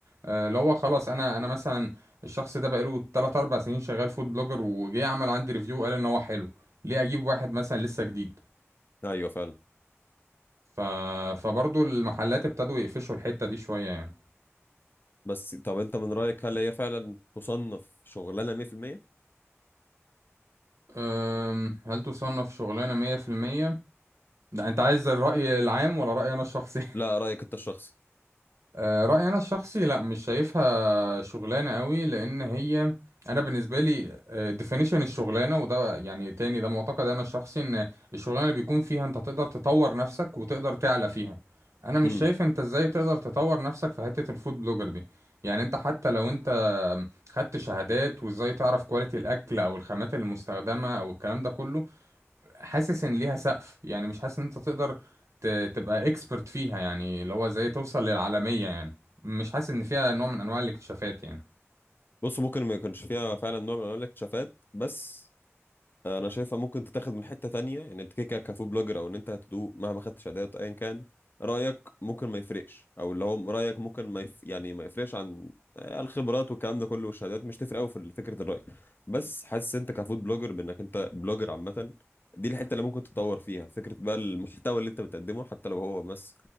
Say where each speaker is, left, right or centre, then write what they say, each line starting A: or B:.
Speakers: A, on the right (about 80°); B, on the left (about 45°).
A: آه اللي هو خلاص انا انا مثلا الشخص ده بقاله 3 4 سنين شغال فود بلوجر وجه عمل عندي ريفيو قال ان هو حلو ليه اجيب واحد مثلا لسه جديد
B: ايوه فعلا
A: ف... فبرضو المحلات ابتدوا يقفشوا الحتة دي شوية يعني
B: بس طب انت من رايك هل هي فعلا تصنف شغلانه 100%
A: أم... هل تصنف شغلانة مية في المية ده انت عايز الرأي العام ولا رأيي انا الشخصي <laughs>
B: لا رايك انت الشخصي
A: آه، رأيي أنا الشخصي لا مش شايفها شغلانة قوي لأن هي أنا بالنسبة لي آه، definition الشغلانة وده يعني تاني ده معتقد أنا الشخصي إن الشغلانة اللي بيكون فيها أنت تقدر تطور نفسك وتقدر تعلى فيها أنا مش
B: امم
A: شايف أنت إزاي تقدر تطور نفسك في حتة الفود بلوجر دي يعني أنت حتى لو أنت خدت شهادات وإزاي تعرف كواليتي الأكل أو الخامات المستخدمة أو الكلام ده كله حاسس ان ليها سقف يعني مش حاسس ان انت تقدر ت- تبقى اكسبرت فيها يعني اللي هو زي توصل للعالمية يعني مش حاسس ان فيها نوع من انواع الاكتشافات يعني
B: بص ممكن ما يكونش فيها فعلا نوع من انواع الاكتشافات بس انا شايفها ممكن تتاخد من حته تانية ان انت كده كده كفود بلوجر او ان انت هتدوق مهما خدتش ادوات ايا كان رايك ممكن ما يفرقش او اللي هو رايك ممكن ما يف... يعني ما يفرقش عن آه، الخبرات والكلام ده كله والشهادات مش تفرق قوي في فكره الراي بس حاسس انت كفود بلوجر بانك انت بلوجر عامه دي الحته اللي ممكن تتطور فيها فكره بقى المحتوى اللي انت بتقدمه حتى لو هو بس